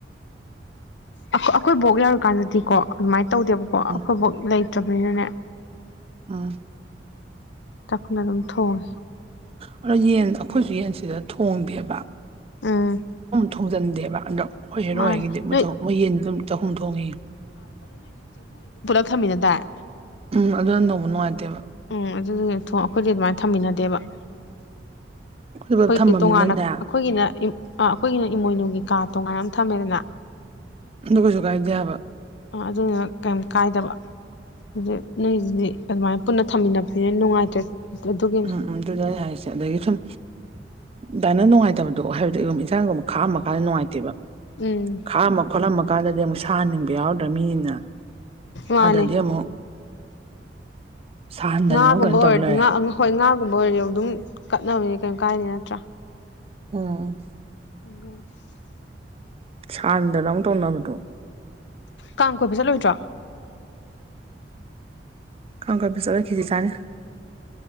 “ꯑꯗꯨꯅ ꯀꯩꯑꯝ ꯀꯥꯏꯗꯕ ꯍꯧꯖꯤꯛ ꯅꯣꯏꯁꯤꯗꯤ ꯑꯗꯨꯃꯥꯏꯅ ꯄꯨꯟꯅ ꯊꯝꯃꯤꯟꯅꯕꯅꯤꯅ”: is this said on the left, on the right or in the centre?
Left